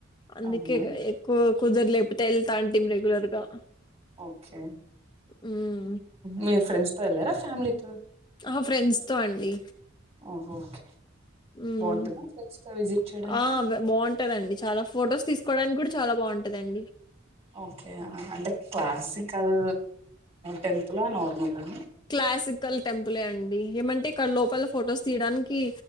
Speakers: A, on the left; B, on the right.
A: అందుకే
B: అవునా
A: ఎక్కువ కుదురలే లేకపోతే యెళ్తా అండి రెగ్యులర్ గా
B: ఓకే
A: మ్మ్
B: మీరు ఫ్రెండ్స్ తో యెళ్ళారా ఫ్యామిలీతో
A: ఆహా ఫ్రెండ్స్ తో అండి
B: ఓ ఓకే
A: ఉమ్
B: బాగుంటుందా ఫ్రెండ్స్ తో విజిట్ చేయడానికి
A: ఆ బాగుంటదండి చాలా ఫొటోస్ తీసుకోవడానికి కూడా చాలా బావుంటదండి
B: ఓకే అంటే క్లాసికల్ టెంపులా నార్మలా
A: క్లాసికల్ టెంపులే అండి ఏమంటే ఇక్కడ లోపల ఫొటోస్ తీయడానికి